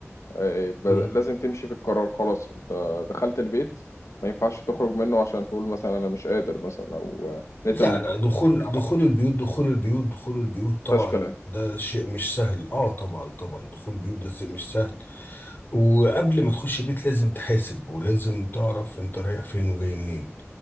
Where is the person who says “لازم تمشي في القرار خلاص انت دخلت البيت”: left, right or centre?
Left